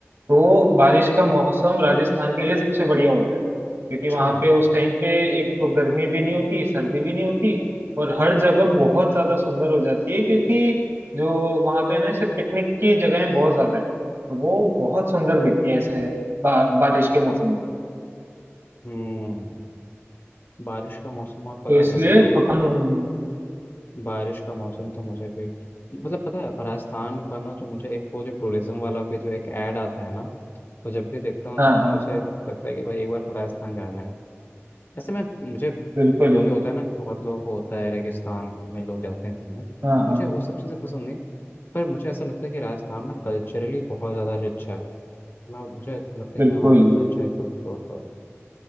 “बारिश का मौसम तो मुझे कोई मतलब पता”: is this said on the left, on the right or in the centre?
Left